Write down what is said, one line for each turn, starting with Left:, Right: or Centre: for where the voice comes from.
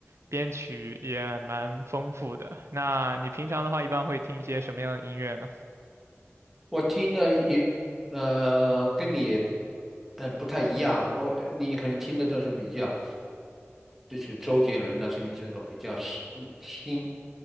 Right: 编曲也蛮丰富的。那你平常的话，一般会听一些什么样的音乐呢？
Centre: 我听的也，呃，跟你，嗯、不太一样。我你可能听的都是比较，就是周杰伦的声音，这种比较新新，